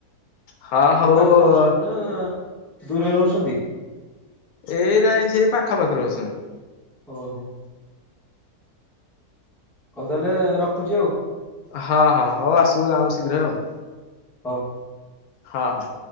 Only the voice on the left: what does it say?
ହଁ,
ହଉ।
ଏଇ ନାଇଁ ସେ ପାଖାପାଖି ରହୁଛନ୍ତି।
ହଁ ହଁ ହଉ ଆସିବ ଗାଁ କୁ ଶୀଘ୍ର ଆଉ।
ହ ହ।